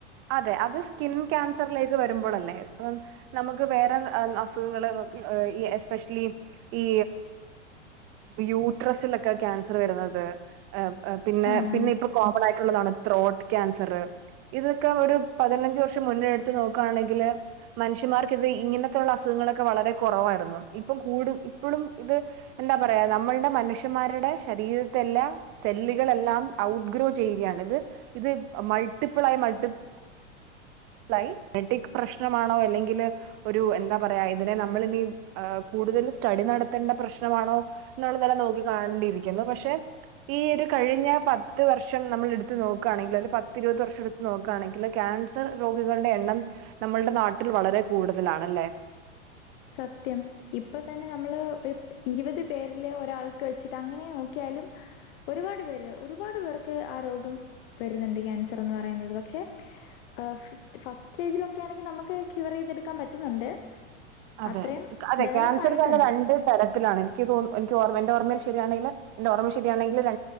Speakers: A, on the right (about 35°); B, on the left (about 45°).
A: അതെ അത് സ്കിൻ ക്യാൻസറിലേക്ക് വരുമ്പോളല്ലേ ഇപ്പം നമുക്ക് വേറെ അസുഖങ്ങളെ നമുക്കെ എസ്പെഷ്യലി ഈ യൂട്രസിലൊക്കെ ക്യാൻസർ വരുന്നത് അതെ ആ പിന്നെ
B: ആ
A: പിന്നിപ്പം കോമണായിട്ടുള്ളതാണെ ത്രോട്ട് ക്യാൻസറെ ഇത് ക്കെ ഒരു പതിനഞ്ച് വർഷം മുന്നേ എടുത്തെ നോക്കുകയാണെങ്കിൽ മനുഷ്യമാർക്കെ ഇത് ഇങ്ങനത്തെയുള്ള അസുഖങ്ങളൊക്കെ വളരെ രെ കുറവായിരുന്നു ഇപ്പം കൂടും ഇപ്പഴും ഇത് എന്താ പറയാ നമ്മളുടെ മനുഷ്യന്മാരുടെ ശരീര ത്തെല്ലാം സെല്ലുകളെല്ലാം ഔട്ട് ഗ്രോ ചെയ്യുകയാണ് ഇത് ഇത് മൾട്ടിപ്പിൾ ആയി മൾട്ടി ഫ്ലൈ മെട്രിക് പ്രശ്നമാണോ അല്ലെങ്കിലെ ഒരു എന്താ പറയാ ഇതിനെ നമ്മളിനി കു കൂടുതലു സ്റ്റഡി നടത്തണ്ട പ്രശ്നമാണോ എന്നുള്ളതല്ല നോക്കികാണെണ്ടിയിരിക്കുന്നു പക്ഷെ ഈ ഒരു ക കഴിഞ്ഞ പത്ത് വർഷം നമ്മളെടുത്ത് നോക്കുകയാണെങ്കിൽ അതിൽ പത്തിരുപത് വർഷം എടുത്ത് നോക്കുകയാണെങ്കിൽ ക്യാൻസർ രോഗികളുടെ എണ്ണം നമ്മൾടെ നാട്ടിൽ വളരെ കൂടുതലാണെ
B: സത്യം ഇപ്പൊ തന്നെ നമ്മള് ഒരു ഇരുപത് പേരിലെ ഒരാൾക്ക് വെച്ചിട്ട് അങ്ങനെ നോക്കിയാ യാലും ഒരുപാട് പേര് ഒരുപാട് പേർക്ക് ആ രോഗം വരുന്നുണ്ട് ക്യാൻസറെന്നു പറയുന്നത് പക്ഷെ
A: <inaudible>
B: ഏ ഫസ്റ്റ് സ്റ്റേജിലൊക്കെ ആണെങ്കിൽ നമുക്ക് ക്യൂവർ ചെയ്തെടുക്കാൻ പറ്റുന്നുണ്ട്
A: അതെ
B: അത്രയും
A: അതെ
B: ഡെവലപ്പ്
A: ക്യാൻസർ
B: ആയിട്ടുണ്ട്.
A: തന്നെ രണ്ട് തരത്തിലാണ് എനിക്ക് തോന്നു എനിക്ക് ഓർമ്മ എന്റെ ഓർമ്മയിൽ ശരിയാണെങ്കില് എന്റെ ഓർമ്മ ശരിയാണെങ്കില് ര